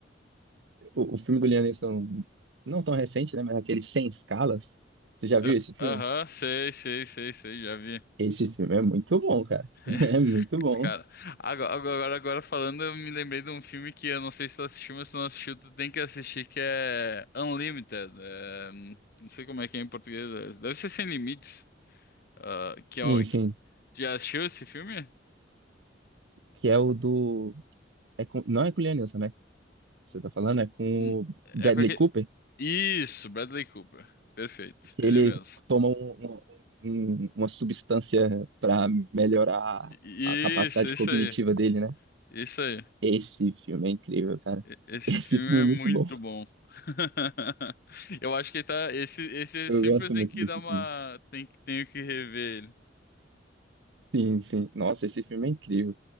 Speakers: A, on the right; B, on the left.
A: O, o filme do Liam Neeson, não tão recente, né? Mas aquele Sem Escalas. Você já
B: Ah,
A: viu esse filme?
B: Aham, sei, sei, sei, sei, já vi.
A: Esse filme é muito bom, cara.
B: <laughs>
A: <laughs> É muito bom.
B: Cara, agora, agora, agora falando, eu me lembrei de um filme que eu não sei se tu assistiu, mas se tu não assistiu, tu tem que assistir, que é Unlimited. é, não sei como é que é em português. é, Deve ser Sem Limites. ah, que é,
A: Sim,
B: o-
A: sim.
B: que- já assistiu esse filme?
A: Que é o do. É com... Não é com o Liam Neeson, né? Você tá falando? É com
B: Hum,
A: o
B: É
A: Bradley
B: com aquele...
A: Cooper,
B: Isso, Bradley Cooper. Perfeito,
A: que
B: ele
A: ele
B: mesmo.
A: toma um- um- um- uma substância pra melhorar
B: I-
A: a capacidade
B: Isso, isso
A: cognitiva
B: aí.
A: dele, né?
B: Isso aí.
A: Esse filme é incrível, cara.
B: E- Esse
A: <laughs> Esse
B: filme
A: filme é muito
B: é muito
A: bom.
B: bom. <laughs> Eu acho que ele tá. Esse, esse
A: Eu
B: é sempre
A: gosto
B: tem
A: muito
B: que
A: desses
B: dar uma.
A: filmes.
B: Tem, que- tenho que rever
A: Sim, sim. Nossa, esse filme é incrível.